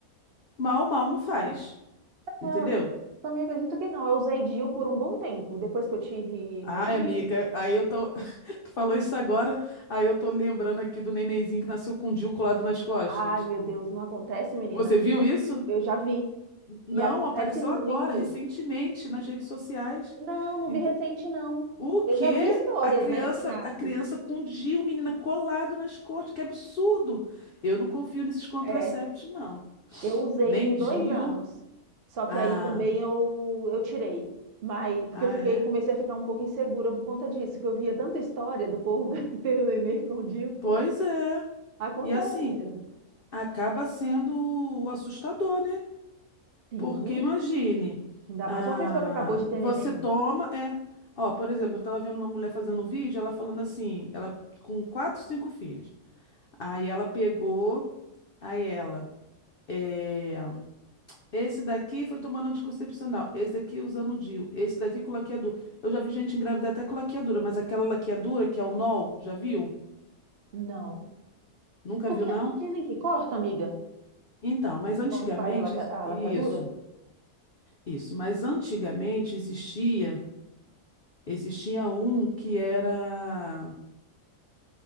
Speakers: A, on the left (about 70°); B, on the right (about 55°).
A: mal, mal não faz, entendeu?
B: Eu também acredito que não. Eu usei DIU por um bom tempo. Depois que eu tive
A: Ai,
B: meu filho,
A: amiga, aí eu tô. <laughs> Tu falou isso agora, aí eu tô lembrando aqui do nenenzinho que nasceu com o DIU colado nas costas.
B: ai, meu Deus, não acontece, menina.
A: Você viu isso?
B: Eu já vi.
A: Não,
B: E acontece
A: apareceu
B: muito.
A: agora, recentemente, nas redes sociais.
B: Não, não
A: Ent-
B: vi recente, não.
A: o quê?
B: Eu já vi histórias,
A: A criança,
B: né, que nasce.
A: a criança com o DIU, menina, colado nas costas, que absurdo! Eu não confio nesses contraceptivos,
B: É,
A: não.
B: eu usei
A: Nem
B: por
A: DIU.
B: dois anos. Só que
A: Ah,
B: aí também eu, eu tirei. Mas, porque
A: ah,
B: eu fiquei,
A: é?
B: comecei a ficar um pouco insegura por conta disso, que eu via tanta história do povo <laughs> tendo neném escondido.
A: Pois é.
B: Acontece
A: E assim,
B: mesmo.
A: acaba sendo assustador, né?
B: Sim,
A: Porque imagine,
B: ainda
A: ah,
B: mais uma pessoa que acabou de ter
A: você
B: neném.
A: toma, é. Ó, por exemplo, eu tava vendo uma mulher fazendo um vídeo, ela falando assim, ela com quatro, cinco filhos. Aí ela pegou, aí ela, é, esse daqui foi tomando anticoncepcional, esse daqui usando o DIU, esse daqui com laqueadura. Eu já vi gente engravidar até com laqueadura, mas aquela laqueadura que é o NOL, já viu?
B: Não.
A: Nunca
B: Porque
A: viu, não?
B: não dizem que corta, amiga,
A: Então, mas antigamente,
B: quando faz a laque- a
A: isso,
B: laqueadura?
A: isso, mas antigamente existia. Existia um que era.